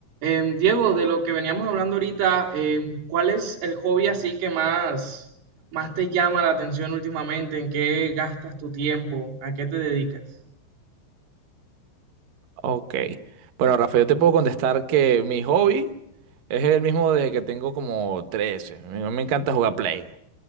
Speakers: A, on the right (about 85°); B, on the right (about 70°).
A: Em, Diego, de lo que veníamos hablando ahorita, em, ¿cuál es el hobby así que más, más te llama la atención últimamente? ¿En qué gastas tu tiempo? ¿A qué te dedicas?
B: Ok. Bueno, Rafael, yo te puedo contestar que mi hobby es el mismo desde que tengo como 13. Me, me encanta jugar Play.